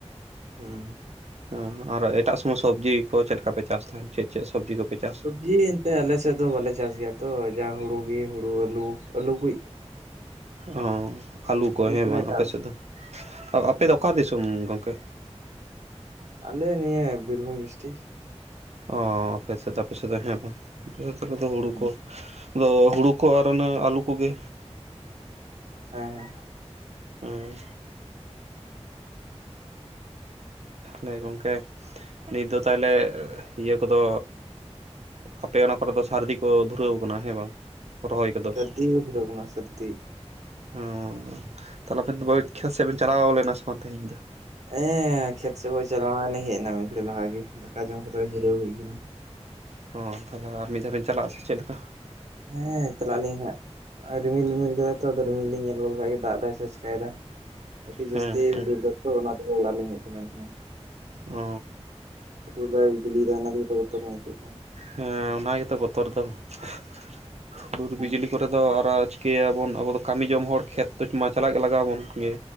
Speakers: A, on the right; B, on the right.
A: ᱦᱩᱸ
B: ᱦᱮᱸ ᱟᱨ ᱮᱴᱟᱜ ᱥᱚᱢᱚᱭ ᱥᱚᱵᱽᱡᱤ ᱠᱚ ᱪᱮᱫ ᱞᱮᱠᱟ ᱯᱮ ᱪᱟᱥ ᱛᱟᱦᱮᱱ ᱪᱮᱫ ᱪᱮᱫ ᱥᱚᱵᱽᱡᱤ ᱠᱚᱯᱮ ᱪᱟᱥᱼᱼ
A: ᱡᱮ ᱮᱱᱛᱮᱜ ᱟᱞᱮᱥᱮᱫ ᱫᱚ ᱵᱟᱞᱮ ᱪᱟᱥ ᱜᱮᱭᱟ ᱛᱚ ᱡᱟ ᱦᱩᱲᱩᱜᱤ ᱦᱩᱲᱩ ᱟᱹᱞᱩ ᱟᱹᱞᱩ ᱠᱩᱡ
B: ᱚᱻ ᱟᱹᱞᱩ ᱠᱚ ᱦᱮᱸ
A: ᱪᱷᱟᱲᱟ
B: ᱵᱟᱝ
A: ᱮᱴᱟᱜ
B: ᱟᱯᱮ ᱥᱮᱫ ᱫᱚ ᱟᱯᱮ
A: ᱦᱩᱸ
B: ᱫᱚ ᱚᱠᱟ ᱫᱤᱥᱚᱢ ᱜᱚᱝᱠᱮ?
A: ᱟᱞᱮ ᱱᱤᱭᱟᱹ ᱵᱤᱨᱵᱷᱩᱢ ᱰᱤᱥᱴᱤᱠ
B: ᱚᱻ ᱟᱯᱮ ᱥᱮᱫ ᱫᱚ ᱟᱯᱮ ᱥᱮᱫ ᱦᱮᱸ ᱵᱟᱝ ᱟᱞᱮ ᱥᱮᱫ ᱫᱚ ᱦᱩᱲᱩ
A: ᱦᱩᱸ
B: ᱠᱚ ᱾ ᱟᱫᱚ ᱦᱩᱲᱩ ᱠᱚ ᱟᱨ ᱚᱱᱮ ᱟᱹᱞᱩ ᱠᱚᱜᱮ
A: ᱦᱮᱸ ᱦᱮᱸ
B: ᱮᱸ ᱞᱮ ᱜᱚᱝᱠᱮ ᱱᱤᱛ ᱫᱚ ᱛᱟᱦᱚᱞᱮ ᱤᱭᱟᱹ ᱠᱚᱫᱚᱼᱼ ᱟᱯᱮ ᱚᱱᱟ ᱠᱚᱨᱮ ᱫᱚ ᱥᱟᱨᱫᱤ ᱠᱚ ᱫᱷᱩᱨᱟᱹᱣ ᱠᱟᱱᱟ ᱦᱮᱸ ᱵᱟᱝ ᱨᱚᱦᱚᱭ ᱠᱚᱫᱚ?
A: ᱠᱩ ᱫᱷᱩᱨᱟᱹᱣ ᱠᱟᱱᱟ ᱥᱟᱨᱫᱤ
B: ᱚᱻ ᱛᱟᱞᱦᱮ ᱟᱵᱮᱱ ᱫᱚ ᱠᱷᱮᱛ ᱥᱮᱫ ᱵᱮᱱ ᱪᱟᱞᱟᱣ ᱞᱮᱱᱟ ᱥᱮ ᱵᱟᱝ ᱛᱮᱦᱮᱧ ᱫᱚ?
A: ᱦᱮᱸ ᱠᱷᱮᱛ ᱥᱮᱫ ᱠᱷᱚᱱ ᱪᱟᱞᱟᱣ ᱞᱮᱱᱟ ᱞᱤᱧ ᱦᱮᱡ ᱮᱱᱟ ᱢᱤᱫ ᱜᱷᱟᱹᱲᱤᱡ ᱞᱟᱦᱟ ᱜᱮ ᱫᱟᱠᱟ ᱡᱚᱢ ᱠᱟᱛᱮᱜ ᱡᱤᱨᱟᱹᱣ ᱦᱩᱭ ᱠᱟᱱᱟ᱾
B: ᱦᱴᱚ ᱛᱟᱞᱦᱮ ᱟᱨ ᱢᱤᱫ ᱫᱷᱟᱣ ᱵᱮᱱ ᱪᱟᱞᱟᱜᱼᱟ ᱥᱮ ᱪᱮᱫ ᱞᱮᱠᱟ?
A: ᱦᱮᱸ ᱪᱟᱞᱟᱜ ᱟᱞᱤᱧ ᱦᱟᱸᱜ। ᱱᱚᱜᱼᱚᱭ ᱨᱤᱢᱤᱞ ᱨᱤᱢᱤᱞ ᱠᱟᱫᱟᱭ ᱛᱚ ᱟᱫᱚ ᱨᱤᱢᱤᱞ ᱞᱤᱧ ᱧᱮᱞ ᱜᱚᱫ ᱠᱟᱡ ᱜᱮ ᱫᱟᱜ ᱫᱟᱭ ᱥᱮ ᱪᱤᱠᱟᱭ ᱫᱟᱭ ᱟᱹᱰᱤ ᱡᱟᱹᱥᱛᱤ
B: ᱦᱮᱸ ᱦᱮᱸ
A: ᱦᱩᱰᱩᱨ ᱫᱟᱛᱚ ᱚᱱᱟᱛᱮ ᱚᱲᱟᱜ ᱞᱤᱧ ᱦᱮᱡ ᱠᱟᱱᱟ ᱟᱞᱤᱧ ᱦᱚᱸ
B: ᱚ
A: ᱦᱩᱰᱩᱨ ᱫᱟᱭ ᱵᱤᱡᱽᱞᱤ ᱫᱟᱭ ᱚᱱᱟ ᱛᱮᱜᱮ ᱛᱚ ᱵᱚᱛᱚᱨ ᱢᱟ ᱟᱹᱠᱟᱹᱜ ᱠᱟᱱ।
B: ᱦᱮᱸ ᱚᱱᱟ ᱜᱮᱛᱚ ᱵᱚᱛᱚᱨ ᱫᱚ ᱾ ᱦᱩᱰᱩᱨ
A: ᱦᱮᱸ
B: ᱵᱤᱡᱽᱞᱤ ᱠᱚᱨᱮ ᱫᱚ ᱟᱨᱚ ᱪᱤᱠᱟᱹᱭᱟᱵᱚᱱ ᱟᱵᱚ ᱫᱚ ᱠᱟᱹᱢᱤ ᱡᱚᱢ ᱦᱚᱲ ᱠᱷᱮᱛ ᱛᱚ ᱢᱟ ᱪᱟᱞᱟᱜ ᱜᱮ ᱞᱟᱜᱟᱣ ᱟᱵᱚᱱ ᱜᱮ।